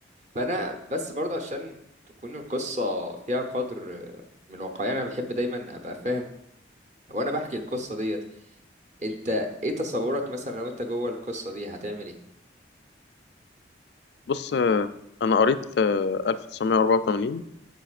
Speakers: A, on the right (about 40°); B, on the left (about 65°).
A: فانا بس برضه عشان تكون القصه فيها قدر من واقعيه انا بحب دايما ابقى فاهم وانا بحكي القصه ديت انت ايه تصورك مثلا لو انت جوه القصه دي هتعمل ايه
B: بص آه، انا قريت آه، 1984